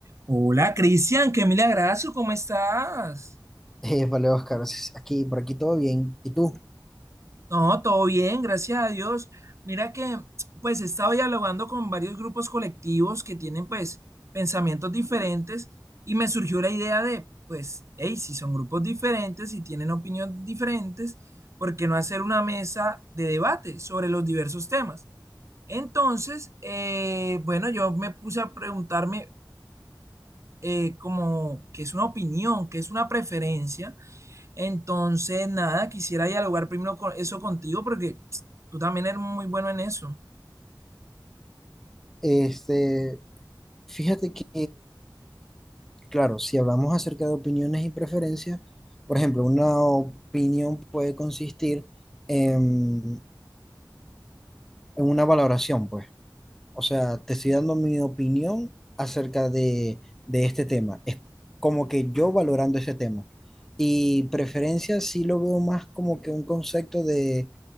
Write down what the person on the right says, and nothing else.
Hola, Cristian, qué milagrazo, ¿cómo estás?
No, todo bien, gracias a Dios. Mira que, pues, he estado dialogando con varios grupos colectivos que tienen, pues, pensamientos diferentes y me surgió la idea de, pues, hey, si son grupos diferentes y tienen opiniones diferentes, ¿por qué no hacer una mesa de debate sobre los diversos temas? Entonces, eh, bueno, yo me puse a preguntarme eh, como qué es una opinión, qué es una preferencia Entonces, nada, quisiera dialogar primero con eso contigo porque tú también eres muy bueno en eso.